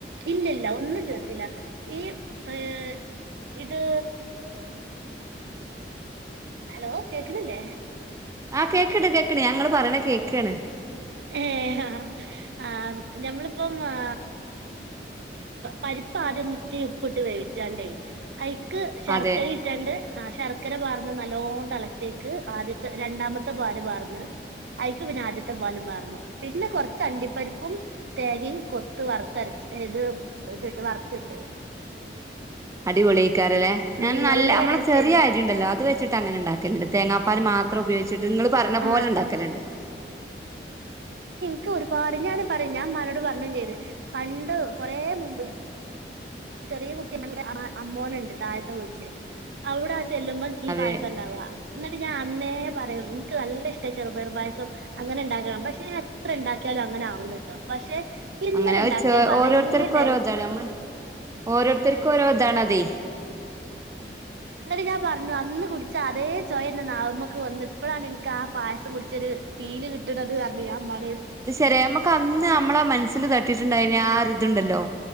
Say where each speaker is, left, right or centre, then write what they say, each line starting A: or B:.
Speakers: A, on the right; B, on the right.
A: ഇല്ലല്ല ഒന്നും ചേർത്തില ഈ ഇഹ് ഇത് ഹലോ കേക്ക്ണില്ലേ?
B: ആഹ് കേക്ക്ണ്ട് കേക്ക്ണ്ട് ഞാ ഇങ്ങള് പറയ്ണ കേക്കാണ്.
A: ഏഹ് ഹാ ആ ഞമ്മളിപ്പം ആ പരിപ്പ് ആദ്യം ഒന്ന് ഇത്തിരി ഉപ്പിട്ട് വേവിച്ചാണ്ടേ അയ് ക്ക് ശർക്കരി
B: അതെ
A: ഇട്ടാണ്ട് ആ ശർക്കര പാർന്ന് നല്ലോം തളച്ചേക്ക് ആദ്യത്തെ രണ്ടാമത്തെ പാല് പാർന്ന് അയ്ക്ക് പിന്നെ ആദ്യത്തെ വാലുംമാർന്നു പിന്നെ കൊറച്ച് അണ്ടിപരിപ്പും തേങ്ങി കൊത്ത് വറ്ത്തരച്ച് ഏഹ് ത് തിട്ട് വറത്തിട്ട്
B: അടിപൊള്‌യെയ്ക്കാരലേ
A: ഉം
B: ഞാൻ നല്ല അമ്മളെ
A: ടേസ്റ്റ്
B: ചെറിയ
A: ആയിരുന്നു
B: അരി ഇണ്ടല്ലോ അത് വെച്ചിട്ട് അങ്ങനെ ഇണ്ടാക്കല്ണ്ട് തേങ്ങാ പ്പാല് മാത്രം ഉപയോഗിച്ചിട്ട് നിങ്ങള് പറഞ്ഞ പോലെ
A: ആഹ്
B: ഇണ്ടാക്കലുണ്ട്.
A: ആഹ് ക്ക് ഒരുപാട് ഞാന് പറയും ഞാൻ ഉമ്മനോട് പറഞ്ഞും ചെയ്ത് പണ്ട് കൊറേ മുമ്പ് ചെറിയ കുട്ടി <unintelligible> അമ്മോനുണ്ട് താഴത്തെ വീട്ടില് അവിടെ ചെല്ലുമ്പോം ഈ
B: അതെ
A: പായസം ഉണ്ടാവ. എന്നിട്ട് ഞാൻ അന്നേ പറയും എനിക്ക് നല്ല ഇഷ്ടയി ചെറുപയറുപായസം അങ്ങനെ ഉണ്ടാക്കണം പക്ഷെ ഞാൻ എത്ര ഉണ്ടാക്കിയ അങ്ങനെ ആവൂലാട്ടോ പക്ഷെ ഇന്നലെ
B: അങ്ങനെ വച്ച്
A: ഉണ്ടാക്കിയപ്പോ
B: ഓരോരുത്തർക്കും
A: അതേ ടേ
B: ഓരോതാണ് നമ്മള് ഓരോരുത്തർക്കും ഓരോതാണതെയ്.
A: ന്നിട്ട് ഞാൻ പറഞ്ഞു അന്ന് കുടിച്ച അതേ ചൊയ ന്റെനാവമ്മക്ക് വന്ന് പ്പഴാണ് ൻക്ക് ആ പായസം കു ച്ച ഫീല് കിട്ടണത് പറഞ്ഞ് ഞാൻ ഉമ്മാ
B: അത് ശെരിയ നമ്മുക്ക് ഒന്ന് നമ്മളെ മനസ്സിൽ തട്ടീട്ടുണ്ടായിന് ആ ഒരു ഇതുണ്ടല്ലോ.